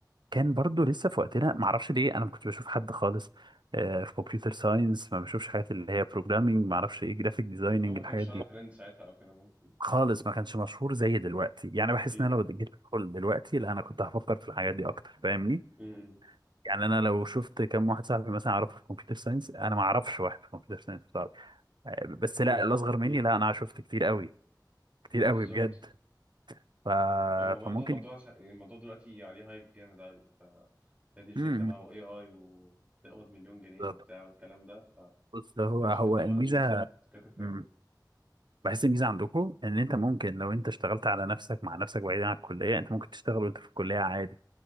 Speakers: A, on the right; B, on the right.
A: كان برضو لسه في وقتنا معرفش ليه انا ما كنتش بشوف حد خالص آه في كمبيوتر ساينس ما بشوفش حاجات اللي هي بروجرامينج ما اعرفش ايه جرافيك ديزايننج
B: والله ما
A: الحاجات
B: كانش طالع
A: دي
B: ترند ساعتها او كده ممكن
A: خالص ما كانش مشهور زي دلوقتي يعني بحس
B: امم
A: ان انا لو جيت ادخل دلوقتي لا انا كنت هفكر في الحاجات دي اكتر فاهمني
B: امم
A: يعني انا لو شفت كم واحد صاحبي مثلا اعرفه في كمبيوتر ساينس انا ما اعرفش واحد في كمبيوتر ساينس بس لا
B: امم
A: الاصغر مني لا انا شفت كتير قوي كتير
B: بالظبط
A: قوي بجد ف...
B: هو برضه
A: فممكن
B: الموضوع سا... يعني الموضوع دلوقتي عليه هايب جامد قوي ف هي دي الفكرة
A: امم
B: بقى واي اي وتقبض مليون جنيه
A: بالظبط.
B: وبتاع والكلام ده
A: بص هو
B: فعشان
A: هو
B: كده برضه
A: الميزه
B: الناس كتبت قوي
A: امم بحس الميزه عندكم ان انت ممكن لو انت اشتغلت على نفسك مع نفسك بعيدا عن الكليه انت ممكن تشتغل وانت في الكليه عادي